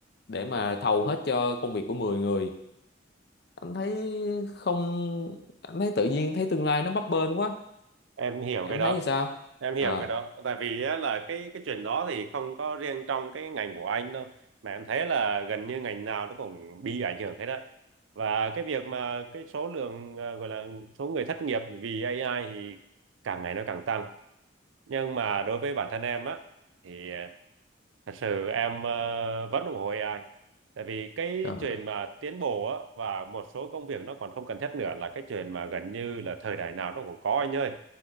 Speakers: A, on the left; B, on the right.
A: để mà thầu hết cho công việc của mười người anh thấy không anh thấy tự nhiên thấy tương lai nó bấp bênh quá
B: Em hiểu
A: em
B: cái đó.
A: thấy như sao
B: Em hiểu
A: à
B: cái đó. Tại vì á, là cái cái chuyện đó thì không có riêng trong cái ngành của anh đâu. Mà em thấy là gần như ngành nào nó cũng bị ảnh hưởng hết á. Và cái việc mà cái số lượng ờ, gọi là số người thất nghiệp vì AI thì càng ngày nó càng tăng nhưng mà đối với bản thân em á thì à, thật sự em ờ, vẫn ủng hộ AI tại vì cái
A: Trời,
B: chuyện mà tiến bộ á và một số công việc nó còn không cần thiết nữa là cái chuyện mà gần như là thời đại nào nó cũng có anh ơi